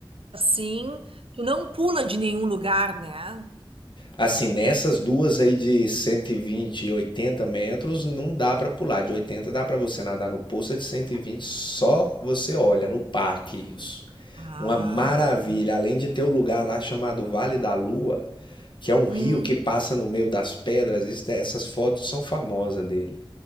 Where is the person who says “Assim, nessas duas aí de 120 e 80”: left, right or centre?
Left